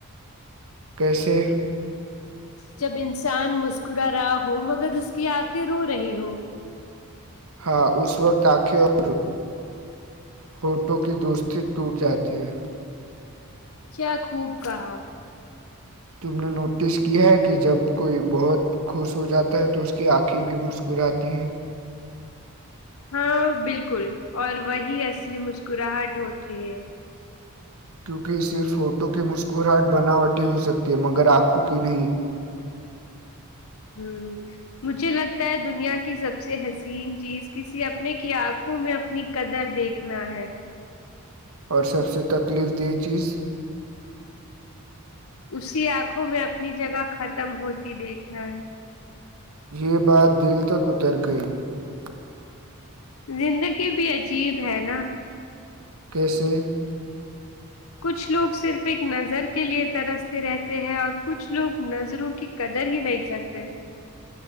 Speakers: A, on the right; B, on the left.
A: کیسے
B: جب انسان مسکرا رہا ہو مگر اس کی آنکھیں رو رہی ہو
A: ہاں اس وقت آنکھے اور ہوٹو کی دوستی ٹوٹ جاتی ہے
B: کیا خوب کہا
A: تم نے نوٹس کیا ہے کہ جب کوئی بہت خوش ہو جاتا ہے تو اس کی آنکھیں بھی مسکراتتی ہے
B: ہاں بالکل اور وہی اصلی مسکراہٹ ہوتی ہے
A: کیونکہ صرف ہوٹو کی مسکراہٹ بناوٹی ہو سکتی ہے مگر آنکھوں کی نہیں
B: ہمم مجھے لگتا ہے دنیا کی سب سے حسین چیز کسی اپنے کی آنکھوں میں اپنی قدر دیکھنا ہے
A: اور سب سے تکلیف دہ چیز
B: اسی آنکھوں میں اپنی جگہ ختم ہوتی دیکھنا ہے
A: یہ بات دل تک اتر گئی <inaudible>
B: زندگی بھی عجیب ہے نا
A: کیسے
B: کچھ لوگ صرف ایک نظر کے لیے ترستے رہتے ہیں اور کچھ لوگ نظروں کی قدر ہی نہیں کرلتے